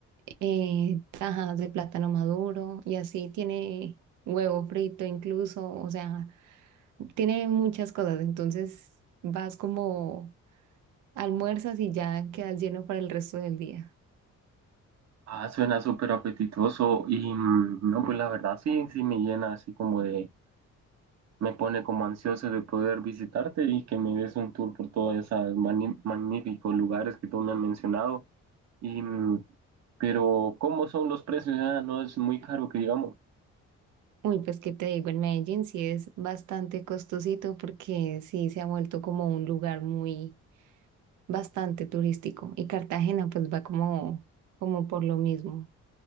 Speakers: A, on the right; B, on the right.
A: eh, tajas de plátano maduro y así tiene huevo frito incluso, o sea, tiene muchas cosas. Entonces vas como almuerzas y ya quedas lleno para el resto del día.
B: Ah, suena súper apetitoso. Y mm, no, pues la verdad sí, sí me llena así como de... me pone como ansioso de poder visitarte y que me des un tour por todos esos magníficos lugares que tú me has mencionado. Y, mm, pero, ¿cómo son los precios? Ah, no es muy caro que digamos.
A: Uy, pues qué te digo, en Medellín sí es bastante costosito porque sí se ha vuelto como un lugar muy bastante turístico y Cartagena pues va como, como por lo mismo.